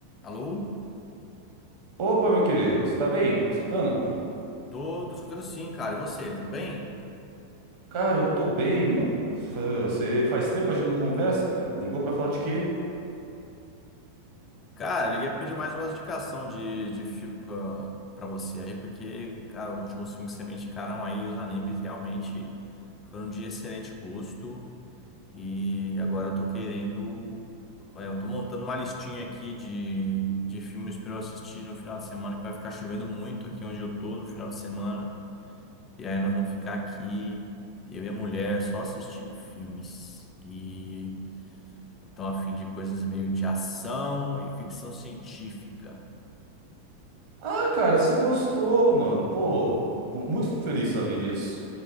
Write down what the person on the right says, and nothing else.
Opa, meu querido, você tá bem? Tá me escutando?
Cara, eu tô bem, mano. Fa- Você faz tempo que a gente não conversa, cara. Ligou pra falar de quê?
Ah, cara, você gostou, mano. Pô, bu- muito feliz saber disso.